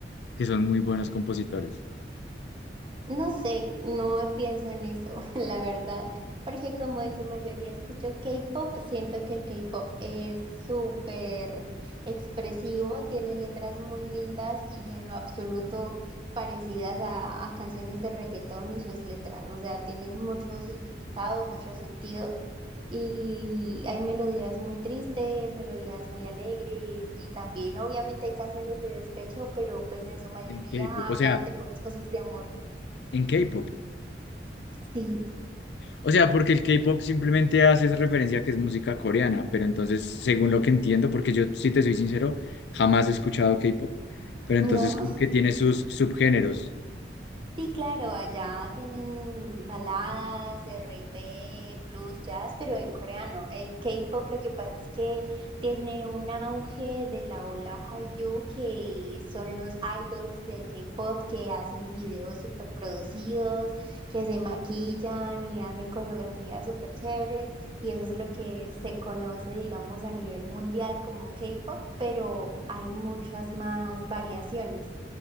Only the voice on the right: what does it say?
No sé, no pienso en eso, <laughs> la verdad, porque como en su mayoría escucho K-pop, siento que el K-pop es súper expresivo, tiene letras muy lindas y en lo absoluto parecidas a, a canciones de reggaetón y sus letras, o sea, tienen mucho significado, mucho sentido y hay melodías muy tristes, melodías muy alegres y también obviamente hay canciones de despecho, pero pues en su mayoría
hablan
de puras cosas de amor.
Sí.
No,
sí, claro, allá tienen baladas, R y B, blues, jazz, pero en coreano. El K-pop lo que pasa es que tiene un auge de la ola Hallyu, que son los idols del K-pop que hacen videos súper producidos, que se maquillan y hacen coreografías súper chéveres, y eso es lo que se conoce, digamos, a nivel mundial como K-pop, pero hay muchas más variaciones.